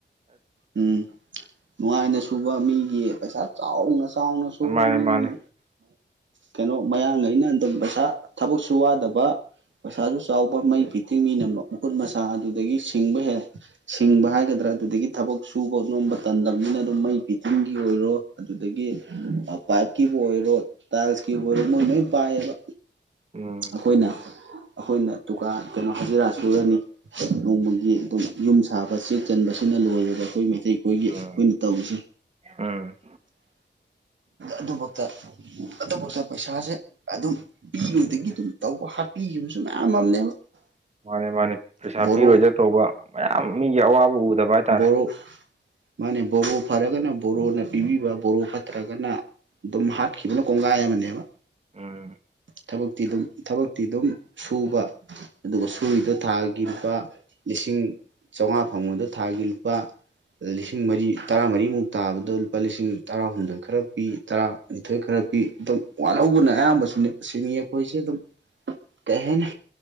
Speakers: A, on the right (about 85°); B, on the right (about 35°).
A: ꯎꯝ ꯅꯨꯡꯉꯥꯏꯅ ꯁꯨꯕ ꯃꯤꯒꯤ ꯄꯩꯁꯥ ꯆꯥꯎꯅ ꯆꯥꯎꯅ ꯁꯨꯕ
B: ꯃꯥꯅꯦ
A: ꯃꯤꯒꯤ
B: ꯃꯥꯅꯦ
A: ꯀꯩꯅꯣ ꯃꯌꯥꯡ ꯒꯩꯅ ꯑꯗꯨꯝ ꯄꯩꯁꯥ ꯊꯕꯛꯁꯨ ꯋꯥꯗꯕ ꯄꯩꯁꯥꯁꯨ ꯆꯥꯎꯕ ꯃꯩ ꯐꯤꯠꯇꯤꯡ ꯃꯤꯅꯤꯅ ꯃꯈꯨꯠ ꯃꯁꯥ ꯑꯗꯨꯗꯒꯤ ꯁꯤꯡꯕ ꯍꯦꯜꯂꯦ ꯁꯤꯡꯕ ꯍꯥꯏꯒꯗ꯭ꯔꯥ ꯑꯗꯨꯗꯒꯤ ꯊꯕꯛ ꯁꯨꯕ ꯅꯣꯝꯕ ꯇꯟꯗꯝꯅꯤꯅ ꯑꯗꯨꯝ ꯃꯩ ꯐꯤꯇꯤꯡꯒꯤ ꯑꯣꯏꯔꯣ ꯑꯗꯨꯗꯒꯤ ꯄꯥꯏꯞꯀꯤꯕꯨ ꯑꯣꯏꯔꯣ ꯇꯥꯏꯜꯁꯀꯤꯕꯣꯔꯦ ꯃꯣꯏ ꯅꯣꯏ ꯄꯥꯏꯌꯦꯕ
B: ꯎꯝ
A: ꯑꯩꯈꯣꯏꯅ ꯑꯩꯈꯣꯏꯅ ꯗꯨꯀꯥꯟ ꯀꯩꯅꯣ ꯍꯥꯖꯤꯔꯥ ꯁꯨꯔꯅꯤ ꯅꯣꯡꯃꯒꯤ ꯑꯗꯨꯝ ꯌꯨꯝ ꯁꯥꯕ ꯆꯦꯛ ꯆꯟꯕꯁꯤꯅ ꯂꯣꯏꯔꯦꯕ ꯑꯩꯈꯣꯏ ꯃꯩ ꯇꯩ ꯑꯩꯈꯣꯏꯒꯤ
B: ꯎꯝ
A: ꯑꯩꯈꯣꯏꯅ ꯇꯧꯔꯤꯁꯦ
B: ꯎꯝ
A: ꯑꯗꯨꯕꯛꯇ ꯑꯗꯨꯐꯥꯎꯛꯇ ꯄꯩꯁꯥꯁꯦ ꯑꯗꯨꯝ ꯄꯤꯔꯣꯏꯗꯣꯏꯒꯤ ꯑꯗꯨꯝ ꯇꯧꯕ ꯍꯥꯠꯄꯤꯕꯁꯨ ꯃꯌꯥꯝ ꯑꯃꯅꯦꯕ
B: ꯃꯥꯅꯦ ꯃꯥꯅꯦ ꯄꯩꯁꯥ
A: ꯕꯣꯔꯣ
B: ꯄꯤꯔꯣꯏꯗ ꯇꯧꯕ ꯃꯌꯥꯝ ꯃꯤꯒꯤ ꯑꯋꯥꯕ ꯎꯗꯕ ꯍꯥꯏꯇꯥꯔꯦ
A: ꯕꯣꯔꯣ ꯃꯥꯅꯦ ꯕꯣꯔꯣ ꯐꯔꯒꯅ ꯕꯣꯔꯣꯅ ꯄꯤꯕꯤꯕ ꯕꯣꯔꯣ ꯐꯠꯇ꯭ꯔꯒꯅ ꯑꯗꯨꯝ ꯍꯥꯠꯈꯤꯕꯅ ꯀꯣꯡꯒꯥꯏ ꯑꯃꯅꯦꯕ
B: ꯎꯝ
A: ꯊꯕꯛꯇꯤ ꯑꯗꯨꯝ ꯊꯕꯛꯇꯤ ꯑꯗꯨꯝ ꯁꯨꯕ ꯑꯗꯨꯒ ꯁꯨꯔꯤꯗꯣ ꯊꯥꯒꯤ ꯂꯨꯄꯥ ꯂꯤꯁꯤꯡ ꯆꯧꯉꯥ ꯐꯪꯕꯗ ꯊꯥꯒꯤ ꯂꯨꯄꯥ ꯂꯤꯁꯤꯡ ꯃꯔꯤ ꯇꯔꯥꯃꯔꯤꯃꯨꯛ ꯇꯥꯕꯗꯨ ꯂꯨꯄꯥ ꯂꯤꯁꯤꯡ ꯇꯔꯥꯍꯨꯝꯗꯣꯏ ꯈꯔ ꯄꯤ ꯇꯔꯥꯅꯤꯊꯣꯏ ꯈꯔ ꯄꯤ ꯑꯗꯨꯝ ꯋꯥꯠꯍꯧꯕꯅ ꯑꯌꯥꯝꯕꯁꯨꯅꯦ ꯁꯤꯃꯤ ꯑꯩꯈꯣꯏꯁꯦ ꯑꯗꯨꯝ
B: <inaudible>
A: ꯀꯩ ꯍꯥꯏꯅꯤ